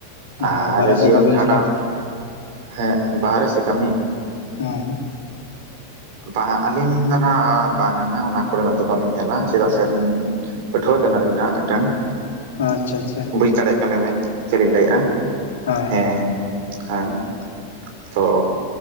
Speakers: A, on the right; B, on the left.
A: ᱟᱨ
B: ᱦᱳᱭ ᱵᱟᱨᱦᱮ ᱥᱮᱫ
A: ᱡᱤᱭᱚᱱ
B: ᱫᱚ ᱵᱟᱵᱮᱱ
A: ᱠᱷᱟᱸᱰᱟᱣ
B: ᱪᱟᱞᱟᱣ
A: ᱦᱮᱸ ᱵᱟᱦᱨᱮ ᱥᱮ ᱠᱟᱹᱢᱤ
B: ᱦᱮᱸ
A: ᱵᱟᱝ ᱟᱹᱞᱤᱧ ᱫᱚ ᱱᱟᱜ ᱵᱟᱝᱼᱟ ᱱᱟ ᱚᱱᱟ ᱠᱚᱨᱮᱱᱟᱜ ᱫᱚ ᱵᱟᱹᱞᱤᱧ ᱧᱮᱞᱟ ᱪᱮᱫᱟᱜ ᱥᱮ ᱟᱹᱞᱤᱧ ᱯᱟᱹᱴᱷᱩᱣᱟᱹ ᱠᱟᱱᱟᱞᱤᱧ ᱱᱟᱜ ᱢᱤᱜᱴᱟᱝ
B: ᱟᱪᱪᱷᱟ ᱟᱪᱪᱷᱟ ᱪᱷᱟ
A: ᱵᱩᱡᱽ ᱫᱟᱲᱮᱭᱟᱜ ᱠᱟᱱ ᱵᱤᱱ ᱪᱮᱫ ᱤᱧ ᱞᱟᱹᱭᱮᱜᱼᱟ
B: ᱦᱳᱭ
A: ᱦᱮᱸ ᱦᱮᱸ ᱾ ᱛᱚᱻ